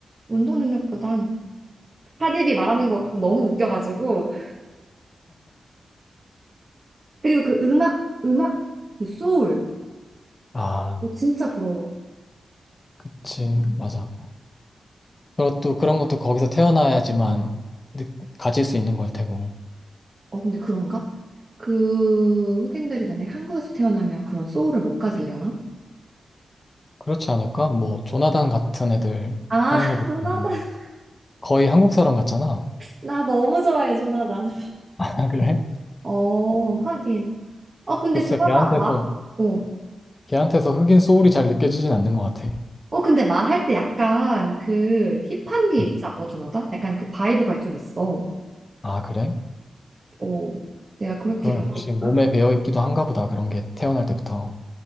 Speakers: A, on the right (about 30°); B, on the left (about 25°).
A: 운동 능력보단 카디비 말하는 거 너무 웃겨가지고 그리고 그 음악 음악 그 소울
B: 아,
A: 진짜 부러워.
B: 그치, 맞아. 그리고 또 그런 것도 거기서 태어나야지만 느- 가질 수 있는 걸 테고.
A: 어 근데 그런가? 그 흑인들이 만약에 한국에서 태어나면 그런 소울을 못 가지려나?
B: 그렇지 않을까? 뭐 조나단 같은 애들
A: 아
B: 하는
A: <laughs>
B: 거 보면
A: 조나단
B: 거의 한국 사람 같잖아.
A: 나 너무 좋아해 조나단.
B: <laughs> 아, 그래?
A: 어 하긴. 어 근데
B: 글쎄,
A: 조나단
B: 걔한테서
A: 막 어.
B: 걔한테서 흑인 소울이 잘 느껴지진 않는 것 같아.
A: 어 근데 말할 때 약간 그 힙한 게 있지
B: 음.
A: 않아 조나단? 약간 그 바이브가 좀 있어.
B: 아, 그래?
A: 어 내가 그렇게
B: 그건
A: 봐서
B: 혹시 몸에
A: 그런가?
B: 배어 있기도 한가 보다. 그런 게 태어날 때부터.